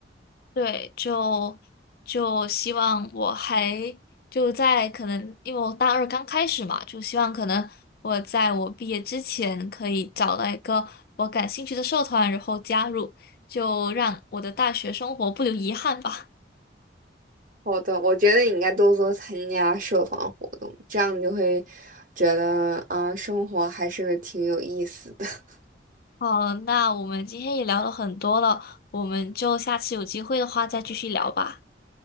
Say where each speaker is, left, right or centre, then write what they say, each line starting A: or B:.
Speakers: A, on the left (about 50°); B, on the right (about 45°).
A: 对，就就希望我还就在可能，因为我大二刚开始嘛，就希望可能我在我毕业之前可以找到一个我感兴趣的社团，然后加入，就让我的大学生活不留遗憾吧。
B: 好的，我觉得你应该多多参加社团活动，这样你就会觉得，啊，生活还是挺有意思的。<laughs>
A: <laughs> 好，那我们今天也聊了很多了，我们就下次有机会的话再继续聊吧，